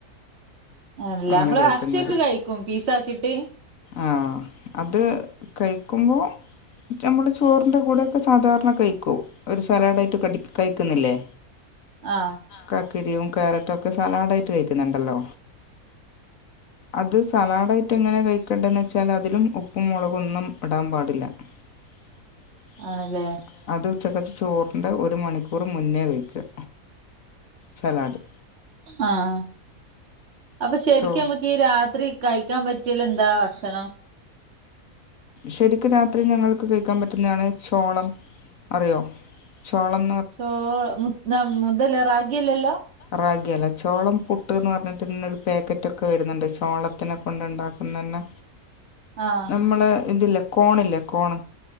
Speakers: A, on the right; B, on the left.
A: ആണ്ല്ലേ
B: അങ്ങനെ
A: നമ്മള്
B: കഴിക്കുന്നത്
A: അച്ചേക്ക് കഴിക്കും പീസാക്കിട്ട്
B: ആഹ് അത് കഴിക്കുമ്പോ നമ്മൾ ചോറിൻ്റെ കൂടെക്കെ സാധാരണ കഴിക്കു ഒരു സാലാഡായിട്ട് കടി കഴിക്കുന്നില്ലേ
A: ആഹ്
B: കക്കിരിയും ക്യാരറ്റും ഒക്കെ സലാഡ് ആയിട്ട് കഴിക്കുന്നുണ്ടല്ലോ അത് സലാഡായിട്ട എങ്ങനെ കഴിക്കണ്ടെന്ന വെച്ചാൽ അതിലും ഉപ്പും മുളകൊന്നും ഇടാൻ പാടില്ല <inaudible>
A: ആണല്ലേ
B: അത് ഉച്ചക്കത്ത് ചോറിന്റ ഒരു മണിക്കൂർ മുന്നേ കഴിക്കുക സലാഡ്
A: ആഹ് അപ്പൊ ശരിക്കും
B: ചോ
A: നമ്മക്ക് ഈ രാത്രി കഴിക്കാൻ പറ്റിയ്യ ഉള്ള എന്താ ഭക്ഷണം
B: ശരിക്കും രാത്രി ഞങ്ങൾക്ക് കഴിക്കാൻ പറ്റുന്നതാണ് ചോളം അറിയോ ചോളം
A: ചോ മു ന മുതല റാഗിയലെല്ലോ
B: റാഗി അല്ല ചോളം പുട്ട് എന്ന് പറഞ്ഞിട്ടുന്നെ ഒരു പാക്കറ്റൊക്കെ വരുന്നുണ്ട് ചോളത്തിനെ കൊണ്ട ഉണ്ടാക്കുന്ന തന്നെ
A: ആഹ്
B: നമ്മള് ഇതില്ല കോണില്ലേ കോൺ